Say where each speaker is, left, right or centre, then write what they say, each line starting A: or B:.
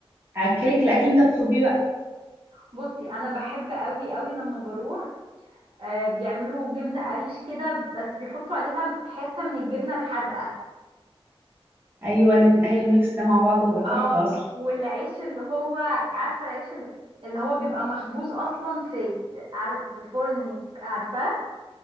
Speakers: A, on the right; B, on the right.
A: اكلك الاكل اللي انت تطلبيه بقى
B: بصي انا بحب قوي قوي لما بروح آه، بيعملوا جبنه قريش كده بس بيحطوا عليها حته من الجبنه الحادقه
A: ايوه الات- ايوه الميكس ده مع بعضه بيبقى تحفة
B: اه
A: اصلا
B: والعيش اللي هو عارفه العيش اللي, اللي هو بيبقى مخبوز اصلا في عار- في فرن عارفاه